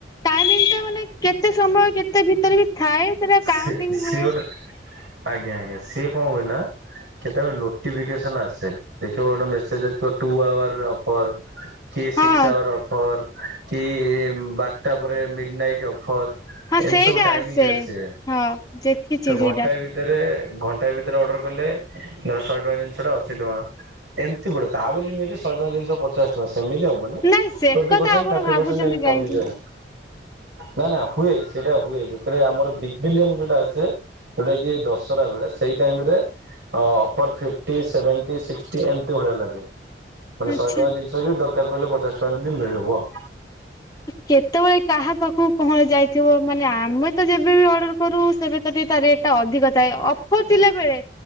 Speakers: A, on the left; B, on the right.
A: ଟାଇମିଙ୍ଗ ଟା ମାନେ କେତେ ସମୟ କେତେ ଭି ତରେ ବି ଥାଏ ସେଟା କାଉଣ୍ଟିଙ୍ଗ
B: ସେ ସିଏ
A: ହୁଏ।
B: ଗୋଟେ ଆଜ୍ଞା ଆଜ୍ଞା, ସିଏ କଣ ହୁଏ ନା କେତେବେଳେ ନୋଟିଫିକେସନ ଆସେ ଦେଖିବ ଗୋଟେ ମେସେଜ ଯା ଟୁ ଆୱାର ଅଫର୍ କି ସିକ୍ସ
A: ହଁ
B: ଆୱାର ଅଫର୍, କି ବାରଟା ପରେ ମିଡ ନାଇଟ୍ ଅଫର୍ ଏମିତି
A: ହଁ ସେଇଟା
B: ସବୁ ଟାଇମିଙ୍ଗ ଆସେ
A: ହଁ ଦେଖିଛି
B: ତ
A: ସେଇଟା
B: ଘଣ୍ଟାଏ ଭିତରେ ଘଣ୍ଟାଏ ଭିତରେ ଅର୍ଡର କଲେ ଧର ଶହେ ଟଙ୍କା ଜିନିଷ ଟା ଅଶି ଟଙ୍କା। ଏମିତି ପଡିବ ତାହା ବୋଲି ନୁହେଁ ଯେ ଶହେ ଟଙ୍କା ଜିନିଷ ପଚାଶ ଟଙ୍କା ଆସେ। ସେମିତି ହବନି। ଟ୍ବେଣ୍ଟି
A: ନାଇଁ ସେ କଥା
B: ପର୍ସେଣ୍ଟ୍,
A: ଆପଣ
B: ଥାର୍ଟୀ
A: ଭାବୁଛନ୍ତି
B: ପର୍ସେଣ୍ଟ ଏମିତି
A: କାହିଁକି
B: କମିବ। ନା ନା ହୁଏ ସେଇଟା ହୁଏ ଯେତେବେଳେ ଆମର ବିଗ ବିଲିୟନ ଯୋଉଟା ଆସେ ଯୋଉଟା କି ଦଶହରା ବେଳେ ସେଇ ଟାଇମ ରେ ଅ-ଅ ଅଫର୍ ଫିପ୍ଟି ସେଭେନ୍ଟି ଶିଷ୍ଟି ଏମିତି ଭଳିଆ ଲାଗେ। ମାନେ
A: ଆଚ୍ଛା।
B: ଶହେ ଟଙ୍କା ଜିନିଷ ବି ଦରକାର ପଡ଼ିଲେ ପଚାଶ ଟଙ୍କାରେ ବି ମିଳିବ।
A: କେତେବେଳେ କାହା ପାଖକୁ କଣ ଯାଇଥିବ, ମାନେ ଆମେ ତ ଯେବେ ବି ଅର୍ଡର କରୁ ସେବେ ସେମିତି ତା ରେଟ୍ ଟା ଅଧିକ ଥାଏ ଅଫର ଥିଲା ବେଳେ।